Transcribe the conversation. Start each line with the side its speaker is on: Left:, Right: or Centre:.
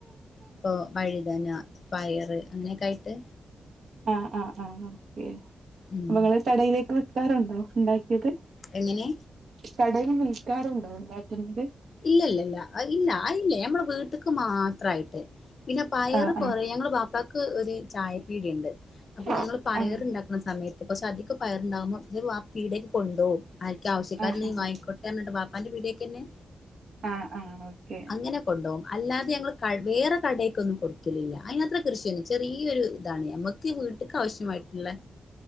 Left: പ്പൊ വഴുതന പയറ് അങ്ങനൊക്കെ ആയിട്ട്.
Right: ആഹ് ആഹ് ആഹ് ഓക്കെ
Left: ഉം
Right: അപ്പങ്ങള് കടയിലേക്ക് വിക്കാറുണ്ടോ ഉണ്ടാക്കിയത്.
Left: എങ്ങിനെ
Right: കടയിൽ വിൽക്കാറുണ്ടോ ഉണ്ടാക്കുന്നത്.
Left: ഇല്ല ഇല്ല ഇല്ല ഇല്ല അയല്ലെ ഞമ്മളെ വീട്ട്ക്ക് മാത്രായിട്ട്. പിന്നെ പയറ്
Right: ആഹ്
Left: കുറേ ഞങ്ങള ബാപ്പാക്ക് ഒരു ചായപ്പീടിയണ്ട് അപ്പൊ
Right: ആഹ്
Left: ഞങ്ങള് പയറുണ്ടാ
Right: ആഹ്
Left: ന്ന സമയത്ത് കുർച്ച് അധിക പയർണ്ടാകുമ്പോ വാ പീടിയേക്ക് കൊണ്ടോവും. ആർക്കെ ആവശ്യക്കാര്ണ്ടെയ്
Right: ആഹ് ആഹ്
Left: വാങ്ങിക്കോട്ടേന്നറഞ്ഞ്ട്ട് ബാപ്പാന്റെ പീടിയേയ്ക്കെന്നെ.
Right: ആഹ് ആഹ് ഓക്കെ.
Left: അങ്ങനെ കൊണ്ടോവും അല്ലാതെ ഞങ്ങള് ക വേറെ കടേക്കൊന്നും കൊടുക്കലില്ല അതിനാത്രം കൃഷിയൊന്ന് ചെറീയൊരു താണ് ഞമ്മക്ക് ഈ വീട്ട്ക്ക് ആവശ്യമായിട്ടുള്ള